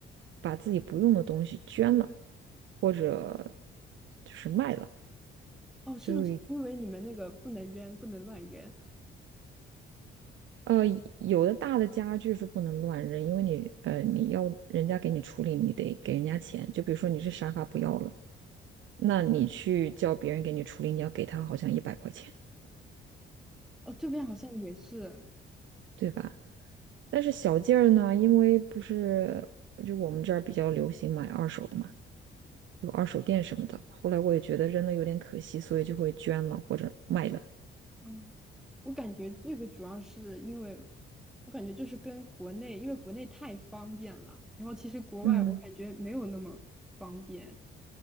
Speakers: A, on the right; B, in the centre.
A: 把自己不用的东西捐了，或者就是卖了。
B: 哦，是不是因为你们那个不能扔，
A: 就
B: 不能乱扔？
A: 呃，有的大的家具是不能乱扔，因为你呃你要人家给你处理，你得给人家钱。就比如说你是沙发不要了，那你去叫别人给你处理，你要给他好像一百块钱，
B: 哦，这边好像也是，
A: 对吧？但是小件儿呢，因为不是就我们这儿比较流行买二手的嘛，有二手店什么的。后来我也觉得扔了有点可惜，所以就会捐了或者卖了。
B: 嗯，我感觉这个主要是因为，我感觉就是跟国内，因为国内太方便了，然后其实国外我感觉没有那么方便，
A: 嗯